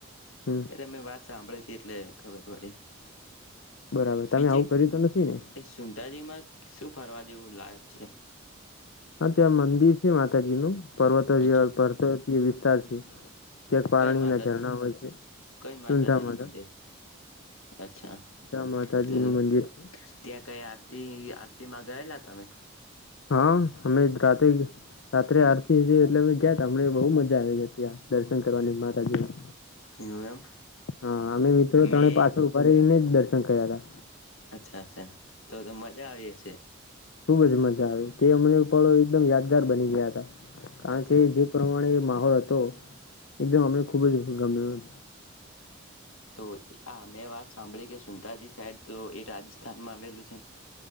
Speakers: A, on the left; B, on the left.
A: હમ
B: એટલે મેં વાત સાંભળી હતી એટલે ખબરબડી
A: બરાબર તમે
B: બીજે
A: આવું કર્યું તો નથી ને
B: સુંદરી માં શું ફરવા જેવું લાયક છે
A: હા ત્યાં મંદિર છે માતાજી નું પર્વતો જેવા
B: અચ્છા
A: પર્ એ વિસ્તાર છે ક્યાંક પાણીના
B: કઈ માતાજી
A: ઝરણા હોય છે
B: કઈ માતાજી
A: સુંધા
B: નું
A: માતા
B: મંદિર અચ્છા
A: સુંધા માતાજીનું
B: તો
A: મંદિર છે.
B: ત્યાં કઈ આ આરતી આરતી માં ગયેલા તમે
A: હા હમેજ રાતે રાત્રે આરતી થી એટલે અમે ગયા ત હમને બહુ મજા આવી જ હતી દર્શન કરવાની માતાજીના
B: એવું એમ
A: હા અમે મિત્રો
B: મેં
A: ત્રણે પાછળ ઉભા રહીયે મેજ દર્શન કર્યા હતા
B: અચ્છા અચ્છા તો તો મજા આવી હશે
A: ખુબ જ મજા આવે તે હમને પળો એકદમ યાદગાર બની ગયા હતા કારણ
B: અચ્છા
A: કે જે પ્રમાણે માહોલ હતો એકદમ હમે ખુબ અજ ગમ્યું
B: તો આ મેં વાત સાંભળી કે સુંતાાજી સાઈડ તો એ રાજસ્થાનમાં આવેલું છે